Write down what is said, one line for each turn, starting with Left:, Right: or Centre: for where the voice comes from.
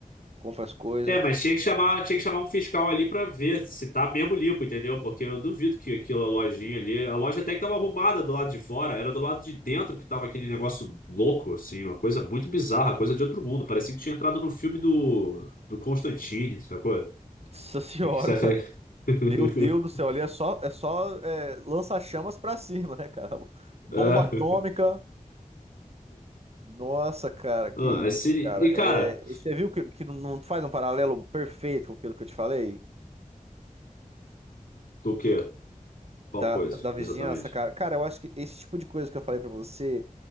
Right: compra as coisas.
Left: É, mas tinha que chamar, tinha que chamar um fiscal ali pra ver se tá mesmo limpo, entendeu? Porque eu duvido que aquela lojinha ali, a loja até que tava arrumada do lado de fora, era do lado de dentro que tava aquele negócio louco, assim, uma coisa muito bizarra, coisa de outro mundo. Parecia que tinha entrado no filme do, do Constantine, sacou?
Right: <laughs> Nossa senhora.
Left: É que você- <laughs>
Right: Meu Deus do céu, ali é só, é só é, lança-chamas pra cima, né, cara? <laughs> Bomba
Left: É.
Right: atômica. Nossa, cara, que
Left: Ah,
Right: isso,
Left: é sini-
Right: cara.
Left: E, cara,
Right: É, e você viu que, que não não faz um paralelo perfeito com aquilo que eu te falei?
Left: do quê? Qual
Right: Da,
Left: coisa,
Right: da, da vizinhança,
Left: exatamente?
Right: cara. Cara, eu acho que esse tipo de coisa que eu falei pra você